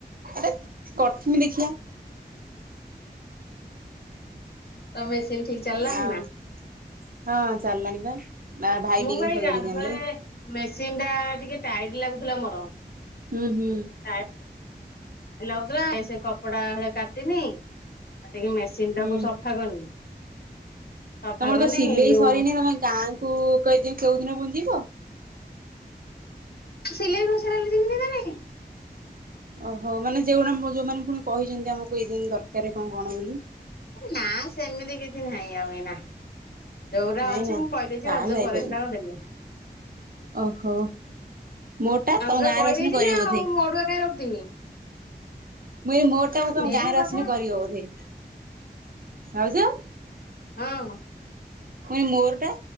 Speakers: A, on the right (about 55°); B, on the left (about 65°).
A: ଆରେ କରିଥମି ଦେଖିଆ।
B: ତ ମେସିନ୍ ଠିକ ଚାଲିଲା
A: ଆଉ
B: ନା
A: ହଁ ଚାଲିଲାଣି ପା ଭାଇ
B: ମୁଁ
A: ନେଇକି ସଜାଡିକି
B: ଗାଧୁଆଳେ
A: ଆଣିଲେ।
B: ମେସିନ୍ ଟା ଟିକେ ଟାଇଟି ଲାଗୁଥିଲା ମୋର।
A: ଉଁ ହୁଁ
B: ଟାଇଟ୍ <unintelligible> ସେ କପଡ଼ା ହଲେ କାଟିନି ଟିକେ ମେସିନଟାକୁ
A: ହୁଁ
B: ସଫା କରିନି। ସଫା
A: ତମର
B: କରିନି
A: ତ ସିଲେଇ
B: ଯୋଉ
A: ସରିନି ତମେ ଗାଁକୁ କେଇ କୋଉ ଦିନ ପୁଣି ଯିବ।
B: ସିଲେଇ କରିସାଇଲେ ଯିବିନି ତାହାହେନେ
A: ଓହୋ ମାନେ ଯୋଉଡା ଯୋଉମାନେ ପୁଣି କହିଚନ୍ତି ଆମକୁ ଏଇ ଦିନ୍ ଦରକାର କଣ କଣ ବୋଲି।
B: ଆରେ ନାଁ ସେମିତି କିଛି ନାହିଁ ଆଉ ଏଇନା। ଯୋଉରା
A: ନାଇଁ
B: ଅଛି
A: ନା
B: ମୁଁ କହିଦେଇଚି
A: ତାହେଲେ
B: ରଜ
A: ଯାଇପାରିବେ
B: ପରେ ହେରାକ ଦେବି।
A: ଓହୋ ମୋଟା
B: ମୁଁ ଆଗତୁରା
A: ତମ ଗାଁରୁ
B: କହିଦେଇଚି
A: ଆସିଲେ କରିବ
B: ନାଁ
A: ବୋଧେ
B: ଆଉ ଅଡ଼ୁଆ କାହିଁ ରଖିଥିବି।
A: ମୁଁ ଏଇ ମୋରଟା ବୋଧେ ତମ
B: ମେନ୍
A: ଗାଁରୁ ଆସିନେ
B: କଥା
A: କରିବ ବୋଧେ ଭାଉଜ।
B: ହଁ
A: ମୁଁ କହିନି ମୋରଟା